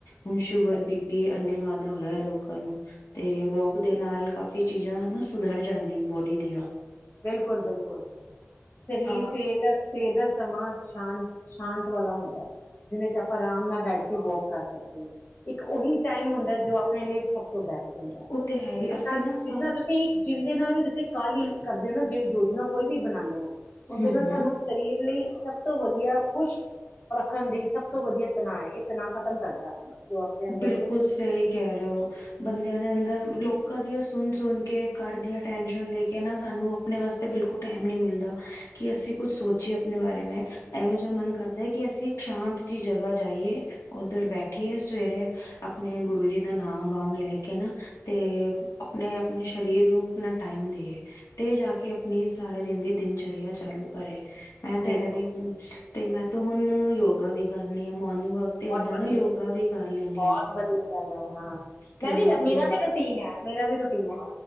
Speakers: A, on the left; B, on the left.
A: ਹੁਣ ਸ਼ੂਗਰ
B: ਸਹੀ,
A: ਬੀ ਪੀ ਅੰਨ੍ਹੇਵਾਧ ਹੋਇਆ ਲੋਕਾਂ ਨੂੰ ਤੇ ਵੋਕ ਦੇ ਨਾਲ ਕਾਫ਼ੀ ਚੀਜ਼ਾਂ ਵੀ ਸੁਧਰ ਜਾਂਦੀ ਬੋਡੀ ਦੀਆਂ।
B: ਬਿਲਕੁਲ-ਬਿਲਕੁਲ, ਸਰੀਰ
A: ਹਾਂ
B: ਸਵੇਰ ਦਸ, ਸਰ ਦਸ ਸਮਾਂ ਸ਼ਾਂਤ, ਸ਼ਾਂਤ ਵਾਲਾ ਹੁੰਦਾ ਐ। ਜਿਹਦੇ ਚ ਆਪਾਂ ਆਰਾਮ ਨਾਲ ਬੈਠ ਕੇ ਵੋਕ ਕਰ ਸਕਦੇ ਐਂ। ਇੱਕ ਔਹੀ ਟਾਈਮ ਹੁੰਦੈ ਜੋ ਆਪਣੇ ਲਈ ਸਭ ਤੋਂ ਬੈਸਟ ਹੂੰਦਾ ਐ।
A: ਉਹ ਤੇ ਹੈ
B: ਜਿਸ
A: ਹੀ ਅਸੀਂ
B: ਨਾਲ,
A: ਨਾ ਸਾ
B: ਜਿਸ ਨਾਲ ਤੁਸੀ ਜਿੰ ਦੇ ਨਾਲ ਵੀ ਤੁਸੀ ਕਾਹਲੀ ਕਰਦੇ ਔ ਨਾ ਜਿਹੜੀ ਯੋਜਨਾ ਕੋਈ ਵੀ ਬਣਾਣੇ ਔ। ਉਹਦੇ
A: ਹੂੰ
B: ਨਾਲ
A: ਹੂੰ
B: ਸਾਨੂੰ ਸਰੀਰ ਲਈ ਸਭ ਤੋਂ ਵਧੀਆ ਖੁਸ਼ ਰੱਖਣ ਦੀ ਸਭ ਤੋਂ ਵਧੀਆ ਤਨਾਅ ਐ, ਇਹ ਤਨਾਅ ਖ਼ਤਮ ਕਰਦਾ। ਜੋ ਆਪਣੇ ਅੰਦਰ
A: ਬਿਲਕੁਲ
B: ਦਿਲ
A: ਸਹੀ ਕਹਿ ਰਹੇ ਔ। ਬੰਦਿਆਂ ਦੇ ਅੰਦਰ ਲੋਕ ਖਦੀਆ ਸੁਣ-ਸੁਣ ਕੇ ਘਰ ਦੀਆਂ ਟੈਨਸ਼ਨ ਲੈ ਕੇ ਨਾ ਸਾਨੂੰ ਆਪਣੇ ਵਾਸਤੇ ਬਿਲਕੁਲ ਟੈਮ ਨੀ ਮਿਲਦਾ ਕਿ ਅਸੀ ਕੁੱਛ ਸੋਚੀਏ ਆਪਣੇ ਬਾਰੇ ਮੈਂ। ਐਹੋ ਜਿਆ ਮਨ ਕਰਦੈ ਕਿ ਅਸੀ ਇੱਕ ਸ਼ਾਂਤ ਜਿਹੀ ਜਗ੍ਹਾ ਜਾਈਏ, ਉੱਧਰ ਬੈਠੀਏ ਸਵੇਰੇ ਆਪਣੇ ਗੁਰੂ ਜੀ ਦਾ ਨਾਮ-ਵਾਮ ਲੈ ਕੇ ਨਾ ਤੇ ਅਪਣੇ-ਅਪਣੇ ਸਰੀਰ ਨੂੰ ਆਪਣਾ ਟਾਈਮ ਦਈਏ। ਤੇ ਜਾ ਕੇ ਆਪਣੀ ਸਾਰੇ ਦਿਨ ਦੀ ਦਿਨਚਰਿਆ ਚਾਲੂ ਕਰੇ ਮੈਂ ਤੇ
B: ਬਹੁਤ
A: ਐਵੇ ਹੀ ਹ ਤੇ ਮੈਂ ਤ ਹੁਣ ਯੋ ਵੀ ਕਰਨੀ ਆ ਮੋਰਨ ਵਕ ਹਦਾ
B: ਵਧੀਆ
A: ਨਾ ਯੋਗਾ ਵੀ ਕਰ ਲੈਂਣੀ
B: ਬਹੁਤ
A: ਆ
B: ਵਧੀਆ ਗੱਲ ਹੈ ਹਾਂ
A: ਤਿੰਨ
B: ਮੈਂ ਵੀ
A: ਅਤੇ
B: ਮੇਰਾ ਵੀ ਰੂਟੀਨ ਹੈ ਮੇਰਾ ਵੀ ਰੂਟੀਨ ਹੈ